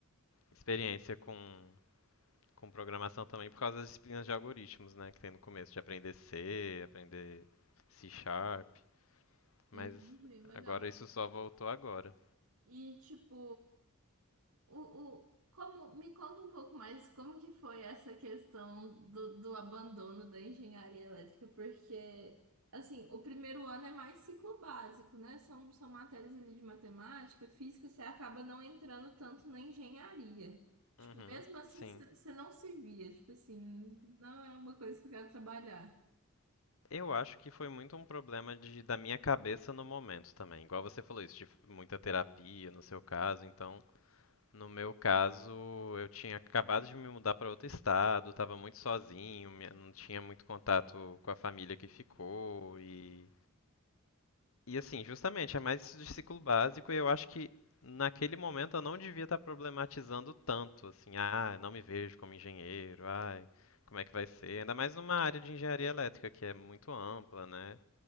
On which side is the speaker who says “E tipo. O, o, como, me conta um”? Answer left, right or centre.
Right